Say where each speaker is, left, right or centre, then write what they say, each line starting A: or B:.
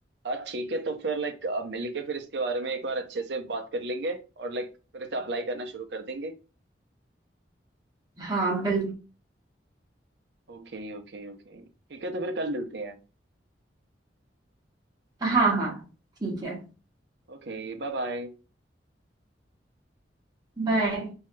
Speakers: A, on the right (about 65°); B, on the right (about 20°).
A: हाँ ठीक है तो फिर लाइक मिलके फिर इसके बारे में एक बार अच्छे से बात कर लेंगे और लाइक फिर इसे अप्लाई करना शुरू कर देंगे
B: हाँ बिल्कुल
A: ओके ओके ओके ठीक है तो फिर कल मिलते हैं
B: हाँ हाँ ठीक है
A: ओके Bye bye
B: बाय